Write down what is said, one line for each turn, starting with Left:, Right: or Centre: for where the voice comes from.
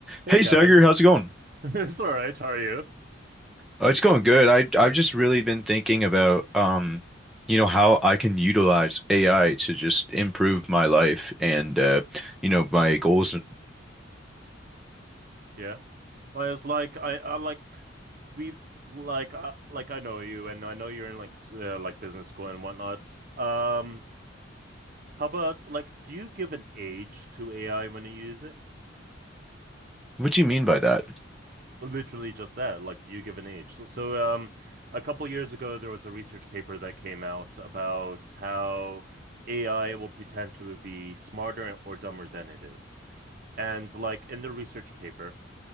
Right: Hey,
Centre: Hey
Right: Kevin.
Centre: Sagar, how's it
Right: <laughs>
Centre: going?
Right: It's all right. How are you?
Centre: Oh, it's going good. I I've just really been thinking about um, you know, how I can utilize AI to just improve my life and uh, you know, my goals.
Right: Yeah. Well, it's like I, I like we've like I, like I know you, and I know you're in like s- uh, like business school and whatnot. Um, how about like do you give an age to AI when you use it?
Centre: What do you mean by that?
Right: Literally just that. Like, do you give an age? So, so um, a couple years ago, there was a research paper that came out about how AI will pretend to be smarter or dumber than it is. And like in the research paper.